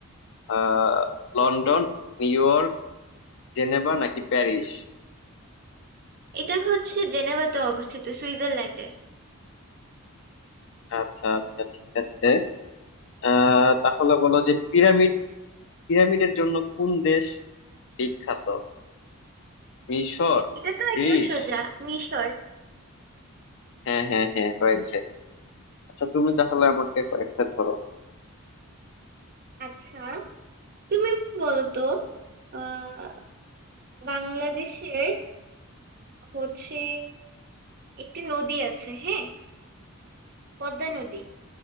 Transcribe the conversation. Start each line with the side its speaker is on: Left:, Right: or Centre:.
Left: আহ লন্ডন নিউ ইয়র্ক জেনেভা নাকি প্যারিস
Right: এটা হচ্ছে জেনেভাতে অবস্থিত সুইজারল্যান্ডে
Left: আচ্ছা আচ্ছা ঠিক আছে আহ তাহলে বলো যে পিরামিড পিরামিডের জন্য কোন দেশ বিখ্যাত মিশর
Right: এটা তো একদম
Left: গ্রিস
Right: সোজা মিশর
Left: হ্যাঁ হ্যাঁ হ্যাঁ হয়েছে আচ্ছা তুমি তাহলে আমাকে কয়েকটা ধরো
Right: আচ্ছা তুমি বলো তো আহ বাংলাদেশের হচ্ছে একটি নদী আছে হ্যাঁ পদ্মা নদী